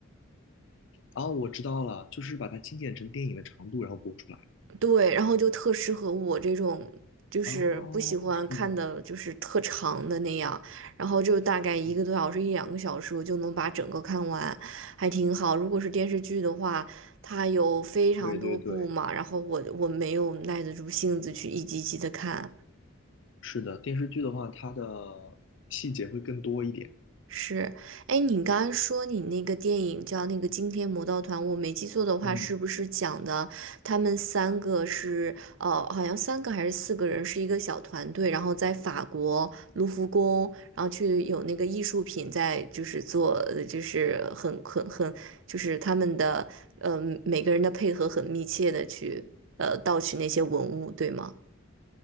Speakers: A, on the left; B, on the right.
A: 哦，我知道了，就是把它精简成电影的长度，然后播出来。
B: 对，然后就特适合我这种，就是不喜欢看的，
A: 哦，是的，
B: 就是特长的那样。然后就大概一个多小时、
A: 嗯，
B: 一两个小时，我就能把整个看完，还挺好。如果是电视剧的话，它有非常多部嘛，
A: 对对对，
B: 然后我我没有耐得住性子去一集一集的看。
A: 是的，电视剧的话，它的细节会更多一点。
B: 是，哎，你刚刚说你那个电影叫那个《惊天魔盗团》，我没记错的话，
A: 嗯。
B: 是不是讲的他们三个是呃，好像三个还是四个人是一个小团队，然后在法国卢浮宫，然后去有那个艺术品在就是做，呃就是很很很，就是他们的呃每个人的配合很密切的去呃盗取那些文物，对吗？